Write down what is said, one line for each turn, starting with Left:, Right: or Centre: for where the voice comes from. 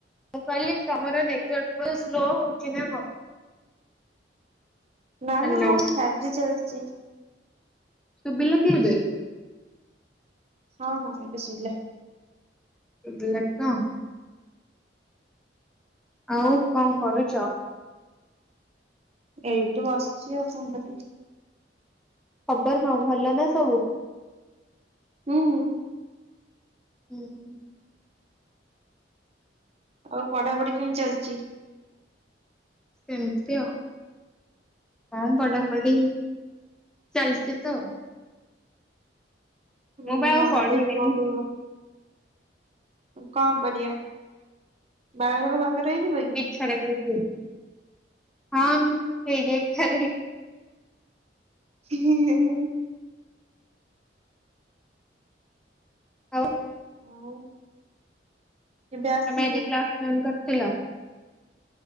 Centre: ମୁଁ କହିଲି ତମର ନେଟୱାର୍କ ପୁରା ସ୍ଲୋ ହଉଚି ନା କଣ?
Right: ନା
Centre: ହ୍ୟାଲୋ
Right: ନା ମୋର ଫାଇଫଜ୍ ଚାଲିଚି।
Centre: ସୁବିଲା କି ଏବେ?
Right: ହଁ ହଁ ଏବେ ଶୁବିଲା।
Centre: ସୁବିଲା ତ? ଆଉ କଣ କରୁଚ?
Right: ଏଇଠି ବସିଚି ଆଉ କଣ କରିବି।
Centre: ଖବର କଣ ଭଲ ନା ସବୁ?
Right: ହୁଁ।
Centre: ହୁଁ ହୁଁ।
Right: ଆଉ ପଢାପଢି କେମିତି ଚାଲିଚି?
Centre: ସେମିତି ଆଉ। ହଁ ପଢାପଢି ଚାଲିଚି ତ।
Right: ହୁଁ
Centre: ମୁଁ ବା ଆଉ
Right: ମନ
Centre: ପଢିବିନି
Right: ଦେଇକି ପଢିବ। କଣ କରିବା ବାହାଘର ଫାହାଘର ହେଇଯିବ କି?
Centre: <unintelligible> ହଁ ହେଇଯାଇ ପାରେ।
Right: ହିଁ ହିଁ ହିଁ ହିଁ।
Centre: ଆଉ
Right: ଆଉ କେବେ ଆସିବୁ?
Centre: ତମେ ଆଜି କ୍ଲାସ ଜଏନ୍ କରିଥିଲ?